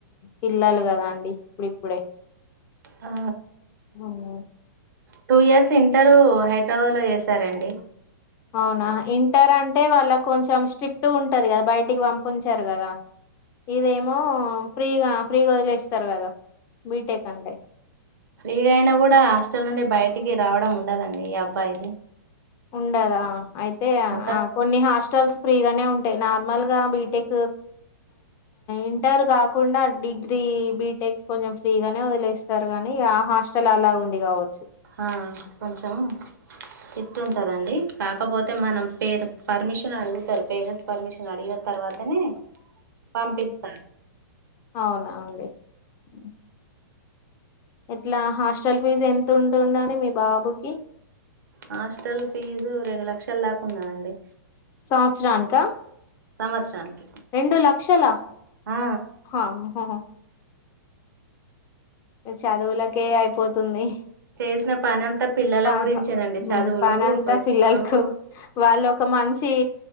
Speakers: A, on the left; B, on the right.
A: పిల్లలు కదా అండి ఇప్పుప్పుడే
B: ఆ
A: అవున
B: టూ ఇయర్స్ ఇంటర్ హైదరాబాద్ లో చేసారంండి
A: అవునా ఇంటర్ అంటే వాళ్ళ కొంచెం స్ట్రిక్ట్ ఉంటుంది కదా బయటికి పంపించారు కదా ఇదేమో ఫ్రీగా ఫ్రీగా వదిలేస్తారు కదా బీటెక్ అంటే
B: ఫ్రీగా అయినా కూడా హాస్టల్ నుండి బయటికి రావడం ఉండదండి అబ్బాయిది
A: ఉండదా అయితే
B: ఉండదు
A: ఆ కొన్ని హాస్టల్స్ ఫ్రీగానే ఉంటాయి నార్మల్గా బీటెక్ ఇంటర్ కాకుండా డిగ్రీ బీటెక్ కొంచెం ఫ్రీగానే వదిలేస్త సారు కాని ఆ హాస్టల్ అలా ఉంది కావచ్చు
B: ఆ, కొంచెం స్ట్రిక్ట్ ఉంటదండి కాకపోతే మనం పేరు పర్మిషన్ అడుగుతారు పేరెంట్స్ పర్మిషన్ అడిగిన తర్వాతనే పంపిస్తారు
A: ఉమ్. అవునా అండి ఉ ఇట్లా హాస్టల్ ఫీజు ఎంత ఉంటుంది అండి మీ బాబుకి
B: హాస్టల్ ఫీజు రెండు లక్షల దాకా ఉన్నదండి
A: సంవత్సరానిక
B: సంవత్సరానికి
A: రెండు లక్షల
B: ఆ
A: హమ్మో చదువులకే అయిపోతుంది
B: చేసిన పని అంతా పిల్లల
A: పా
B: గురించేనండి చదువులు
A: ఉ పని అంత
B: ఎప్పుడు
A: ఫిల్లలకు వాళ్లు ఒక మంచి